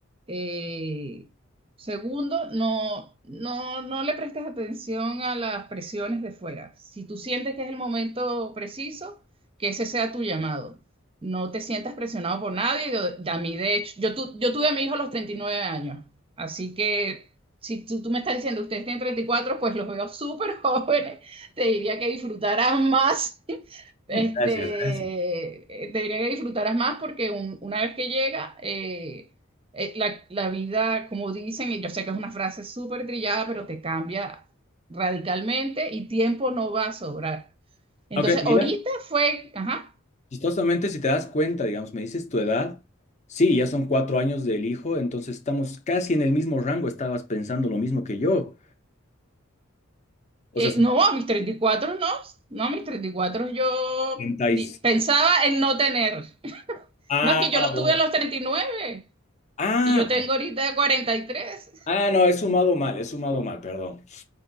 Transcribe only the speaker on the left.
Gracias, gracias.
Ok, mira,
chistosamente si te das cuenta, digamos, me dices tu edad, sí, ya son cuatro años del hijo, entonces estamos casi en el mismo rango, estabas pensando lo mismo que yo. O
sea,
70
y-
Ah,
bueno.
Ah,
ah, no, he sumado mal, he sumado mal, perdón.